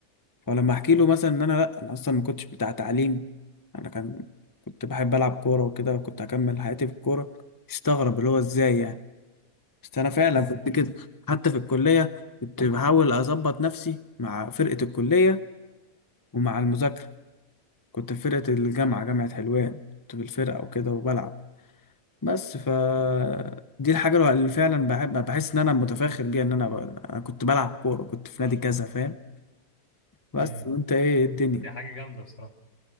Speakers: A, on the left; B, on the left.
A: فلما احكي له مثلا ان انا لا انا اصلا ما كنتش بتاع تعليم انا كان كنت بحب العب كوره وكده وكنت هكمل حياتي في الكوره يستغرب اللي هو ازاي يعني بس انا فعلا
B: ايوه
A: كنت كده حتى في الكليه كنت بحاول اظبط نفسي مع فرقه الكليه ومع المذاكره كنت في فرقه الجامعه جامعه حلوان كنت في الفرقه وكده وبلعب بس ف دي الحاجة اللي فعلا بح- بحس ان انا متفاخر بيها ان انا ب... أنا كنت بلعب كورة كنت في نادي كذا فاهم بس
B: امم
A: وانت ايه الدنيا
B: دي حاجه جامده بصراحه